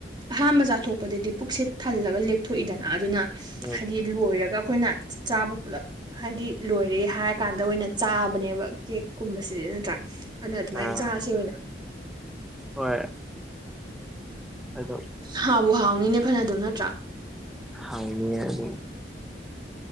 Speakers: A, on the right; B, in the centre.
A: ꯑꯍꯥꯟꯕ ꯆꯥꯊꯣꯛꯄꯗꯗꯤ ꯄꯨꯛꯁꯦ ꯊꯜꯂꯒ ꯂꯦꯛꯊꯣꯛꯏꯗꯅ ꯑꯗꯨꯅ
B: ꯎꯝ
A: ꯍꯥꯏꯗꯤ ꯂꯣꯏꯔꯒ ꯑꯩꯈꯣꯏꯅ ꯆꯥꯕ ꯄꯨꯜꯂꯞ ꯍꯥꯏꯗꯤ ꯂꯣꯏꯔꯦ ꯍꯥꯏꯔꯀꯥꯟꯗ ꯑꯣꯏꯅ ꯆꯥꯕꯅꯦꯕ ꯀꯦꯛꯀꯨꯝꯕꯁꯤꯗꯤ ꯅꯠꯇ꯭ꯔꯥ꯫ ꯑꯗꯨꯅ ꯑꯗꯨꯃꯥꯏ
B: ꯑꯥ
A: ꯆꯥꯔꯁꯦ ꯑꯣꯏꯅ꯫
B: ꯍꯣꯏ ꯑꯗꯣ꯫
A: ꯍꯥꯥꯎꯕꯨ ꯍꯥꯎꯅꯤꯅꯦ ꯐꯅꯗꯨꯝ ꯅꯠꯇ꯭ꯔꯥ꯫
B: ꯍꯥꯎꯅꯤꯌꯦ ꯑꯗꯨ